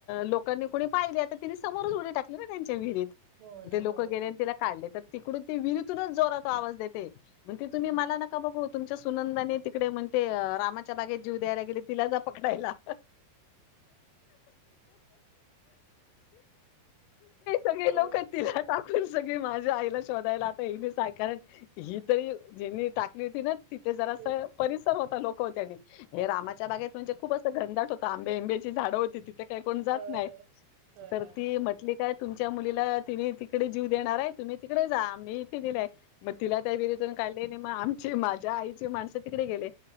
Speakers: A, on the left; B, on the right.
A: लोकांनी कोुणी पाहिली आता तिने समोरच उडी टाकली ना त्यांच्या विहिरीत
B: हो ना
A: तेे लोक
B: हो
A: गेले आणि तिला काढले तर तिकडून ती विहिरीतूनच जोराचा आवाज देते म्हण की तुम्ही
B: हम्म
A: मला नका बघ तुमच्या सुनंदानी तिकडे म्हणते रामाच्या बागेत जीव द्यायला गेले तिला पकडायला सगळे
B: हो
A: लोक तिला सगळी माझ्या आईला शोधायला आता येल स कारण ही तरी ज्यांनी टाकली होती ना तिथे जरा
B: ते
A: परिसर हो लोक होते आणि हे
B: हां,
A: रामाच्या बागेत म्हणजे खूप अस घंदाट होता आंबेंबेची झां होती तिथे काय कोण जात
B: हां,
A: नाही तर
B: हां.
A: ती म्हटली काय तुमच्या मुलीला तिम्ही तिकडे जीव देणार आहे तुम्ही तिकडे जा मीहीथे दिलेय मग िरीतून काढले मग ज माझ्या आईची माणसं तिकडे गेले